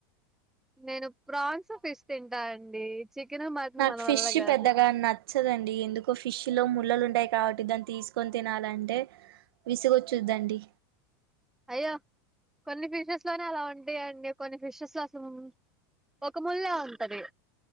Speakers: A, in the centre; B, on the right.
A: నేను ప్రాన్స్ ఫిష్ తింటాను అండి చికెన్ మటన్
B: నాక్
A: మన
B: ఫిష్
A: వల్ల కాదు
B: పెద్దగా నచ్ నచ్దండి ఎందుకో ఫిష్ లో ముళ్లలు ఉంటాయి. కాబట్టి, దాన్ని తీసుకొని తినాలంటే విసుగొచ్చుద్దండి.
A: అయ్యో కొన్ని ఫిషెస్ లోనే అలా ఉంటాయండి. కొన్ని ఫిషెస్లో అసల్ ఒక ముల్లే ఉంటంది.